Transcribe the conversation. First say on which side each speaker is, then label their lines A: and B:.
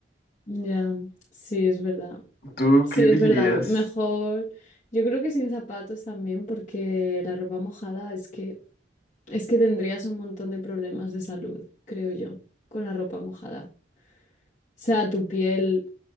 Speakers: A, on the left; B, on the left.
A: ya, sí, es verdad.
B: ¿Tú
A: Sí,
B: qué elegirías?
A: es verdad, mejor. Yo creo que sin zapatos también, porque la ropa mojada es que Es que tendrías un montón de problemas de salud, creo yo, con la ropa mojada. O sea, tu piel,